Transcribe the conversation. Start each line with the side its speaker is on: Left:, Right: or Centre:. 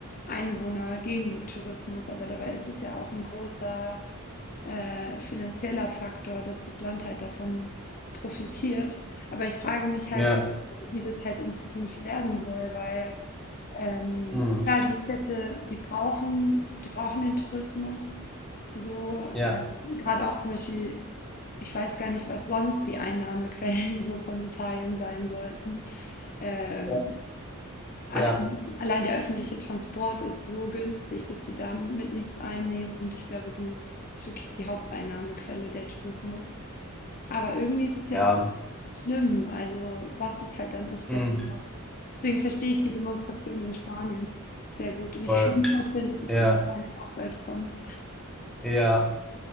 Left: Einwohner gegen Tourismus, aber dabei ist es ja auch ein großer äh, finanzieller Faktor, dass das Land halt davon profitiert. Aber ich frage mich
Centre: Ja,
Left: halt, wie das, wie das halt in Zukunft werden soll, weil ähm,
Centre: mhm.
Left: ja, die Städte, die brauchen, die brauchen den Tourismus. So, ähm,
Centre: Ja,
Left: gerade auch zum Beispiel, ich weiß gar nicht, was sonst die Einnahmequellen <laughs> so von Italien sein sollten. Ähm,
Centre: ja,
Left: Allein,
Centre: ja,
Left: allein der öffentliche Transport ist so günstig, dass die damit nichts einnehmen. Und ich glaube, die das ist wirklich die Haupteinnahmequelle der Tourismus. Aber irgendwie ist es
Centre: ja,
Left: ja auch schlimm, also was es halt dann aus Städten
Centre: mhm.
Left: macht. Deswegen verstehe ich die Demonstration in Spanien sehr gut. Und ich
Centre: Voll,
Left: kann mir vorstellen, dass es
Centre: ja,
Left: in Italien auch bald kommt.
Centre: ja,